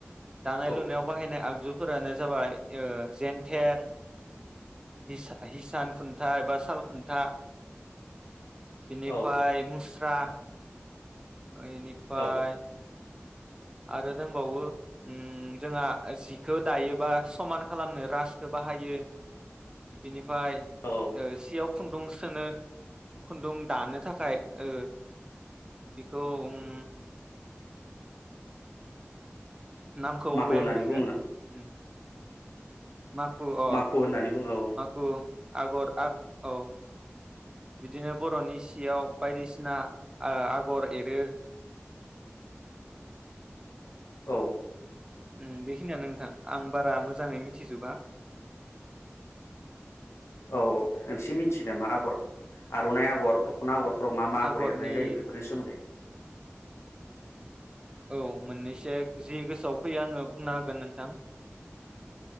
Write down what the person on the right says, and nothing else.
दानाय
लुनायाव बाहायनाय आग जुफोरानो जाबाय ओ जेेनथेर हिसा हिस सान खुन्था एबा साल खुन्था बिनिफाय
मुस स्रा ओ इनिफाय
आरो दंबावो। उम जोंहा जिखौ दायोबा समान खालामनो रासो बाहायो बिनि ओमफ्राय
ओ सियाव खुन्दुं सोनो खुन्दुं दानो थाखाय ओ बेखौ उम नामखौ
बावबाय
आं बिखौ
उम
माखु अ
माखु आगर आ औ बिदिनो बर'नि सियाव बायदिसिना आ आगर एरो
उम बेखिनियानो नोंथां आं बारा मोजाङै मिथिजोबा।
आगरनि
औ मोननैसो जि गोसोआव फैयो आङो बुंना होगोन नोंथां